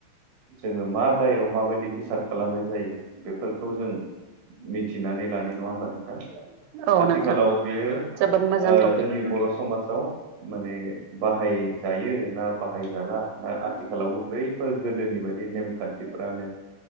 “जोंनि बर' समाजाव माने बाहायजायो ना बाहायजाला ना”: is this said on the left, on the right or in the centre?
Right